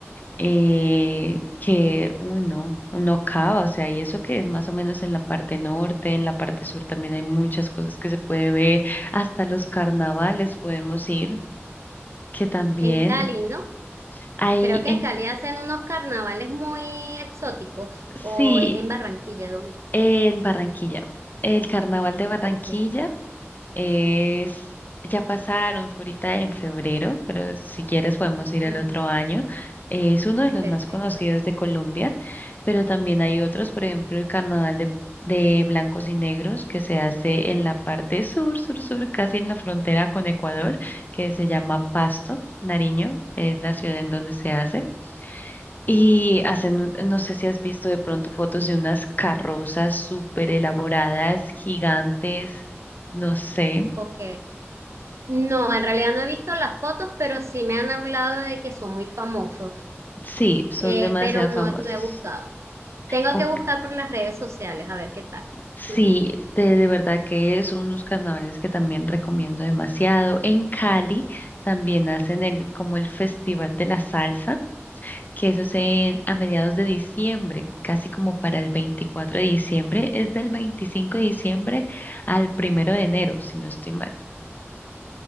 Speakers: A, on the left (about 40°); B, on the right (about 75°).
A: eh, que uno, uno acaba, o sea, y eso que es más o menos en la parte norte, en la parte sur también hay muchas cosas que se puede ver, hasta los carnavales podemos ir, que también
B: En Cali, ¿no?
A: hay
B: Creo que
A: en,
B: en Cali hacen unos carnavales muy exóticos,
A: sí,
B: o es en Barranquilla, ¿dónde?
A: en Barranquilla, el carnaval de Barranquilla.
B: Ok,
A: Es, ya pasaron, fue ahorita en febrero, pero si quieres podemos ir
B: ujú,
A: el otro año. Eh, Es uno de los
B: perfecto.
A: más conocidos de Colombia, pero también hay otros, por ejemplo, el Carnaval de, de Blancos y Negros, que se hace en la parte sur, sur, sur, casi en la frontera con Ecuador, que se llama Pasto, Nariño, es la ciudad en donde se hace. Y hacen, un- no sé si has visto de pronto fotos de unas carrozas súper elaboradas, gigantes. No sé.
B: Ok. No, en realidad no he visto las fotos, pero sí me han hablado de que son muy famosos,
A: Sí, son
B: eh,
A: demasiado
B: pero
A: famosas.
B: no, no he buscado. Tengo
A: O-
B: que buscar por las redes sociales, a ver qué tal.
A: sí,
B: <laughs>
A: de, de verdad que son unos carnavales que también recomiendo demasiado. En Cali también hacen el, como el Festival de la Salsa, que eso es en, a mediados de diciembre, casi como para el 24 de diciembre. Es del 25 de diciembre al primero de enero, si no estoy mal.